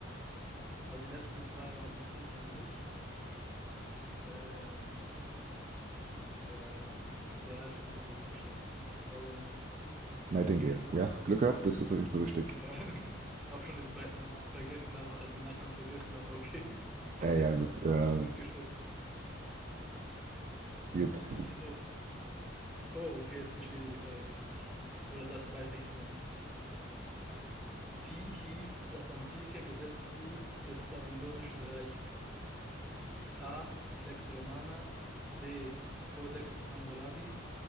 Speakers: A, in the centre; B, on the right.
A: Aber die letzten zwei waren sicher nicht. Ähm, ja, der erste Name würde ich schätzen. Florence.
B: Nightingale, ja? Glück gehabt, das ist auf jeden Fall richtig.
A: Ja, <laughs> hab schon den zweiten Namen vergessen, aber also den Nachnamen vergessen, aber okay,
B: Äh, ja, gut. Äh,
A: <laughs> gut geschätzt.
B: gut.
A: So, oh, okay, jetzt eine schwierige Frage für dich. Oder das weiß ich zumindest nicht. Wie hieß das antike Gesetzbuch des Babylonischen Reiches? A. Lex Romana B. Codex Hammurabi